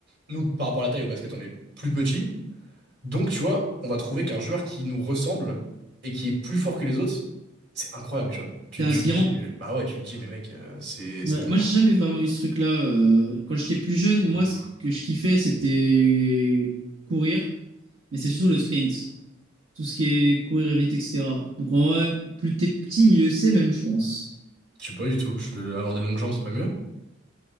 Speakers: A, on the right; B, on the right.
A: nous par rapport à la taille au basket, on est plus petit. Donc tu vois, on va trouver qu'un joueur qui nous ressemble et qui est plus fort que les autres, c'est incroyable, tu vois. Tu,
B: T'es inspirant.
A: tu te dis, euh, bah ouais, tu te dis, mais mec, euh, c'est
B: Ouais,
A: c'est dingue
B: moi,
A: quoi.
B: j'ai jamais vraiment eu ce truc-là. euh, Quand j'étais plus jeune, moi,
A: De
B: ce que je kiffais, c'était courir, mais c'est surtout le sprint. Tout ce qui est courir vite, etc. Donc, en vrai, plus t'es petit, mieux c'est, même, je pense.
A: Je sais pas du tout. Je- Avoir des longues jambes, c'est pas mieux?